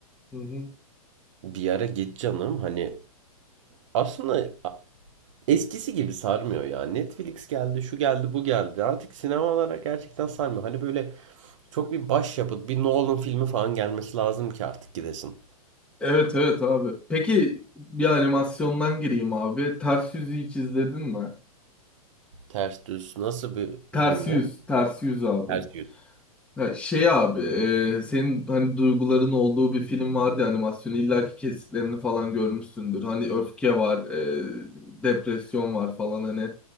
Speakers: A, in the centre; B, on the right (about 55°).
A: Hı hı.
B: Bir ara git canım hani aslında a- eskisi gibi sarmıyor ya. Netflix geldi, şu geldi, bu geldi. Artık sinemalara gerçekten sarmıyor. Hani böyle çok bir başyapıt, bir Nolan filmi falan gelmesi lazım ki artık gidesin.
A: Evet evet abi. Peki bir animasyondan gireyim abi. Ters Yüz'ü hiç izledin mi?
B: Ters Düz nasıl bir
A: Ters
B: filmdi?
A: Yüz, Ters Yüz abi.
B: Ters Yüz.
A: Ha, şey abi, e, senin hani duyguların olduğu bir film vardı ya animasyonu. illaki kesitlerini falan görmüşsündür. Hani öfke var, e, depresyon var falan hani